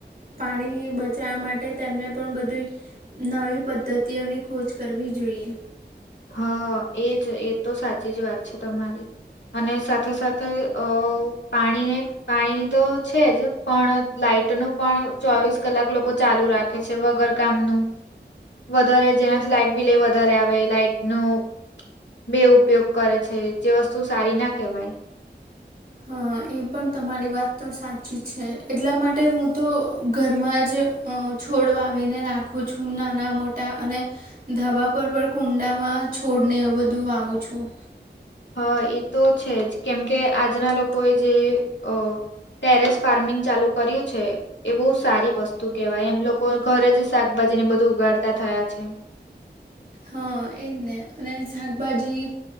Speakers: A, on the right; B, on the left.
A: પાણી બચાવવા માટે તેમને પણ બધું નવી પદ્ધતિઓની ખોજ કરવી જોઈએ.
B: હા એજ એ તો સાચી જ વાત છે તમારી અને સાથે સાથે અ પાણીને પાણીની તો છે જ પણ લાાઈટ નું પણ ચોવીસ કલાક લોકો ચાલુ રાખે છે વગર કામનું વધારે જેનાથી લાાઈટ બિલે વધારે આવે લાઈટ નું બે ઉપયોગ કરે છે જે વસ્તુ સારી ના કહેવાય
A: હા એ પણ તમારી વાત તો સાચી છે એટલા માટે હું તો ઘરમાં જ છોડ વાવીને રાખું છું નાના મોટા અને ધબા પર પણ કુંડામાં છોડને એવું બધું વાવું છું.
B: હા એ તો છે જ કેમકે આજના લોકો એ જે અ ટેરેસ ફાર્મિંગ ચાલુ કર્યું છે એ બહુ સારી વસ્તુ કેહેવાય એમ લોકો ઘરે જ શાકભાજી ને બધું ઉગાડતા થયા છે.
A: હા એજ ને અને શાકભાજી